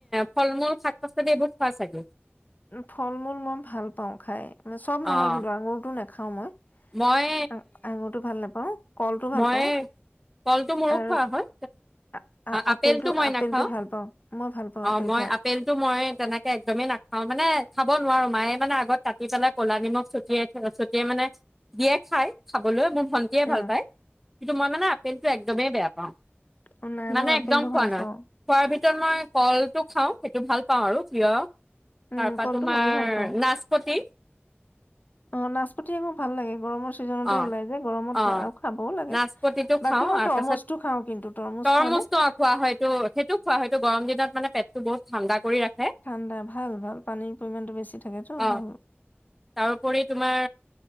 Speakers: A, in the centre; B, on the left.
A: ফল মূল শাক <unintelligible> চাগে
B: ফল-মূল মই ভাল পাওঁ খাই। <unintelligible> চব
A: অ',
B: নহয় কিন্তু আঙুৰটো নে খাওঁ মই
A: মই,
B: আ আঙুৰটো ভাল নাপাওঁ কলটো ভাল
A: মই,
B: পাওঁ
A: কলটো মোৰো
B: আৰু
A: খোৱা হয়।
B: আ আ
A: আপেলটো মই
B: আপেলটো
A: নাখাওঁ।
B: ভাল পাওঁ মই ভাল পাওঁ
A: অ,
B: আপেল
A: মই
B: খাই।
A: আপেলটো মই তেনেকে একদমেই নাখাও মানে খাব নোৱাৰো মায়ে মানে আগত কাটি পেলাই ক'লা নিমখ ছটিয়াই থ, ছটিয়াই মানে দিয়ে খাই খাবলৈ মন ভন্টিয়ে
B: অ
A: ভাল কিন্তু মই মানে আপেলটো একদমেই বেয়া পাওঁ
B: অ নাই
A: মানে
B: মই আপেলটো
A: একদম খোৱা
B: ভাল
A: নাই
B: পাওঁ
A: খোৱাৰ ভি মই কলটো খাওঁ, সেইটো ভাল পাওঁ আৰু প্ৰিয়।
B: উম
A: তাৰ পা
B: কলটো
A: তোমাৰ
B: ময়ো ভাল পাওঁ।
A: নাচপতি।
B: অ নাচপতি আকৌ ভাল লাগে গৰমৰ ছিজনতে
A: অ',
B: ওলাই যে গৰমত
A: অ',
B: না খাবও লাগে
A: নাচপতিটো
B: বাকী
A: খাওঁ
B: মই
A: আ
B: তৰমুজটো
A: তাৰপাছত
B: খাওঁ কিন্তু তৰমুজ
A: তৰমুজটো
B: খোৱা নে
A: অ খোৱা হয়টো সেইটো খোৱা হয়টো গৰম দিনত। মানে পেটটো বহুত ঠাণ্ডা কৰি ৰাখে,
B: ঠাণ্ডা ভাল ভাল পানীৰ পৰিমাণটো বেছি থাকেতো
A: অ',
B: ভাল
A: তাৰোপৰি তোমাৰ